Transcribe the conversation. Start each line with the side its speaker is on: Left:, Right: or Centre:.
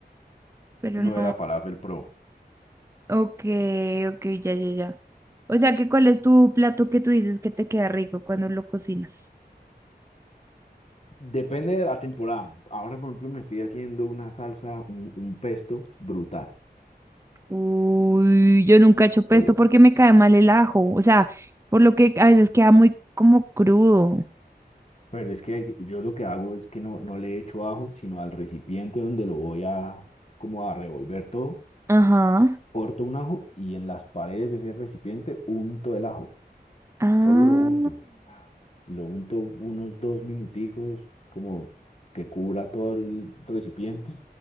Right: Pero
Left: no
Right: no.
Left: era falafel pro.
Right: Ok, ok, ya, ya, ya. O sea, que cuál es tu plato que tú dices que te queda rico cuando lo cocinas?
Left: Depende de la temporada. Ahora, por ejemplo, me estoy haciendo una salsa, un, un pesto brutal.
Right: Uy, yo nunca he hecho pesto
Left: Pero,
Right: porque me cae mal el ajo. O sea, por lo que a veces queda muy como crudo.
Left: pero es que hay- yo lo que hago es que no, no le echo ajo, sino al recipiente donde lo voy a, como a revolver todo,
Right: Ajá.
Left: corto un ajo y en las paredes de ese recipiente unto el ajo.
Right: Ah,
Left: Solo lo unto. Lo unto unos dos minuticos, como que cubra todo el recipiente,